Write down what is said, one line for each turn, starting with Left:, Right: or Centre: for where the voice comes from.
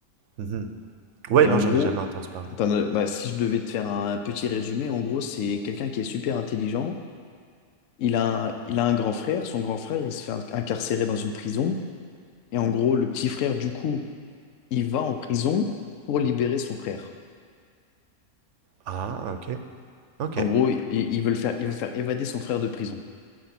Right: Mhm. Ouais,
Left: Et
Right: non,
Left: en
Right: j'en
Left: gros,
Right: ai jamais entendu parler.
Left: t'en as- bah, si je devais te faire un petit résumé, en gros, c'est quelqu'un qui est super intelligent. Il a, un- il a un grand frère. Son grand frère, il se fait inc- incarcérer dans une prison. Et en gros, le petit frère, du coup, il va en prison pour libérer son frère.
Right: Ah, ok, ok,
Left: En gros, ils ils veulent faire, ils veulent faire évader son frère de prison.